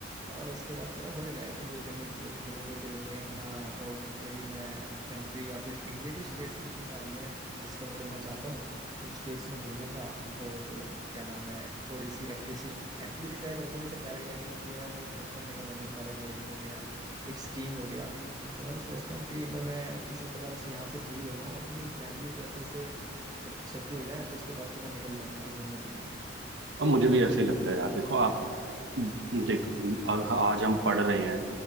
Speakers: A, on the right (about 20°); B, on the right (about 65°).
A: और उसके बाद तो यार थोड़ी लाइफ एंजॉय करनी चाहिए घूमेंगे फिरेंगे अपना और जितने भी मैं कंट्री या फिर इंडिया की स्टेट्स भी इतनी सारी हैं डिस्कवर करना चाहता हूँ उन स्टेट्स में घूमूंगा और क्या नाम है थोड़ी सी एक्टिव एक्टिविटी ट्राई करूंगा जैसे पैराग्लाइडिंग होती है यार मेरा बहुत करने का मन है पैराग्लाइडिंग हो गया एक स्कीइंग हो गया तो मैं तो सोचता हूँ कि एक बार मैं किसी तरह बस यहाँ से फ्री हो जाऊँ अपनी फैमिली प्रेशर से सब चीज सेटल हो जाए तो उसके बाद तो मैं निकल जाऊंगा यार घूमने फिरने
B: अब मुझे भी ऐसे ही लगता है यार देखो आप देखो आ- आज हम पढ़ रहे हैं